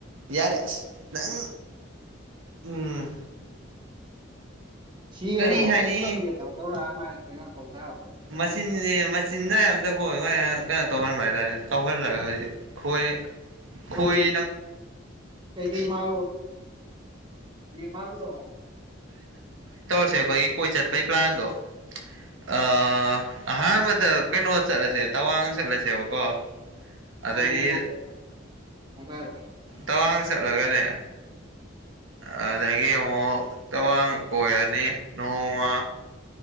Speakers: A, on the right (about 85°); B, on the right (about 25°).
A: ꯌꯥꯔꯦ ꯑꯁ ꯅꯪ ꯎꯝ
B: ꯁꯤꯌꯦꯕꯣ
A: ꯀꯔꯤ ꯍꯥꯏꯅꯤ
B: ꯑꯆꯤꯟꯕ ꯃꯤ <unintelligible>
A: ꯃꯆꯤꯟꯅꯤ ꯃꯆꯤꯟꯅꯥ ꯑꯝꯇ ꯀꯣ <unintelligible> <unintelligible> <unintelligible>
B: ꯑꯩꯈꯣꯏꯗꯤ
A: <unintelligible> <unintelligible> <unintelligible> <unintelligible>
B: ꯀꯩꯀꯩ ꯃꯥꯜꯂꯣ ꯃꯥꯜꯂꯨꯔꯣ
A: ꯑꯩꯈꯣꯏꯒꯤ ꯀꯣꯏ ꯆꯠꯄꯩ ꯄ꯭ꯂꯥꯟꯗꯣ ꯑ ꯑꯍꯥꯟꯕꯗ ꯀꯩꯅꯣ ꯆꯠꯂꯁꯦ ꯇꯋꯥꯡ ꯆꯠꯂꯁꯦꯕꯀꯣ ꯑꯗꯒꯤ
B: ꯉꯥꯏꯒꯣꯡ ꯒꯣꯡꯗ ꯍꯥꯏꯔꯣ
A: ꯇꯋꯥꯡ ꯆꯠꯂꯒꯅꯦ ꯑꯗꯒꯤ ꯑꯃꯨꯛ ꯇꯕꯡ ꯀꯣꯏꯔꯅꯤ ꯅꯣꯡꯃ